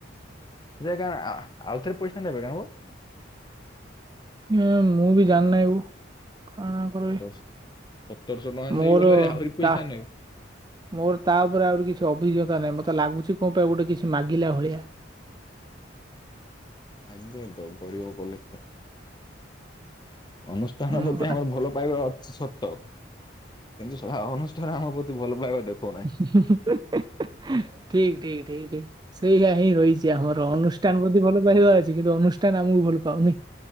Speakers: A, on the left; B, on the right.
A: ଯେ କାଏଁ ଆ ଆଉ ଥରେ ପଇସା ନେବେ କା ହୋ।
B: ନାଁ ମୁଁ ବି ଜାଣିିନେଇ ଓ। କାଣା କରବି?
A: ସତର ସତରଶହ ଟଙ୍କା
B: ମୋର
A: ନେଇଗଲେ ଆହୁରି ପଇସା
B: ତା
A: ନେବେ
B: ମୋର ତାପରେ ଆହୁରି କିଛି ଅଭିଜ୍ଞତା ନାହିଁ ମ ତେ ଲାଗୁଛି କଁ ପାଇଁ ଗୋଟେ କିଛି ମାଗିଲା ଭଳିଆ।
A: ଆଗିଅ ତ ଗରିଅ କଲେଜଟା। ଅନୁଷ୍ଠାନ
B: ହୁଁ
A: ପତି
B: ପରା
A: ଆମର ଭଲ ପାଇବା ଛି ସତ କିନ୍ତୁ ଶଳା ଅନୁଷ୍ଠାନ ଆମ ପ୍ରତି ଭଲ ପାଇବା ଦେଖଉନାହିଁ।
B: ହିଁ ହିଁ ହିଁ ଠିକ୍ ଠିକ୍ ଠିକ୍। ସେଇୟା ହିଁ ରହିଛି ଆମର ଅନୁଷ୍ଠାନ ପ୍ରତି ଭଲ ପାଇବା ଅଛି। କିନ୍ତୁ ଅନୁଷ୍ଠାନ ଆମକୁ ଭଲ ପାଉନି।